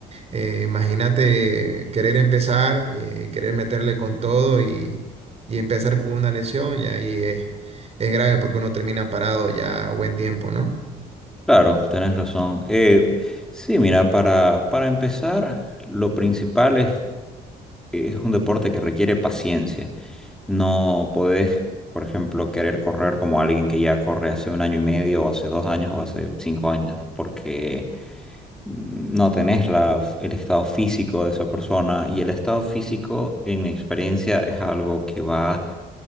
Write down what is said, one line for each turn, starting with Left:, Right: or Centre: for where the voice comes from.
Right: eh, imagínate querer empezar, eh, querer meterle con todo y, y empezar con una lesión y ahí es, es grave porque uno termina parado ya buen tiempo, ¿no?
Centre: Claro, tenés razón. Eh, sí, mira, para, para empezar, lo principal es es un deporte que requiere paciencia. No podés, por ejemplo, querer correr como alguien que ya corre hace un año y medio, o hace dos años, o hace cinco años, porque mm, no tenés la, el estado físico de esa persona. Y el estado físico, en mi experiencia, es algo que va